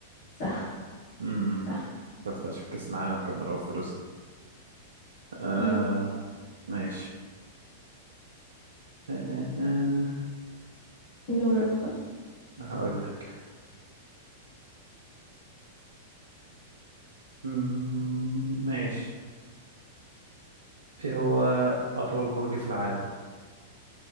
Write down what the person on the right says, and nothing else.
امم
كانت عشان كأس العالم كان ملعوب في روسيا آه
ماشي آه آه آه.
هقول لك مم، ماشي ايه هو أطول برج في العالم